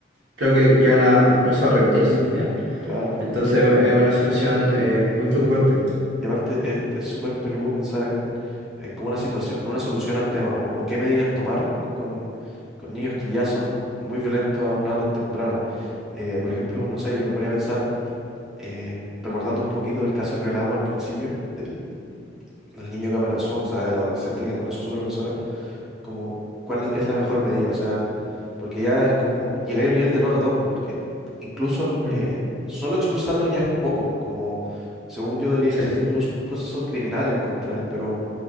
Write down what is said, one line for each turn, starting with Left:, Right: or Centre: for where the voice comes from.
Right: creo que llegan a, incluso a rendirse al final.
Centre: claro.
Right: Entonces es una situación eh, muy preocupante.
Centre: Y aparte es es súper peludo pensar en, en como una situación, una solución al tema o, o qué medidas tomar con, con niños que ya son muy violentos a una edad tan temprana. Eh, por ejemplo, no sé, yo me ponía a pensar eh, recordando un poquito el caso que hablábamos al principio, del, del niño que amenazó, o sea, del adolescente que amenazó a su profesora, como cuál es la mejor medida, o sea, porque ya es como, llegué a un nivel de no retorno, porque incluso
Right: Mm.
Centre: eh, solo expulsarlo ya es poco, como según yo debería
Right: Sí.
Centre: iniciarse incluso un proceso criminal en contra de él, pero,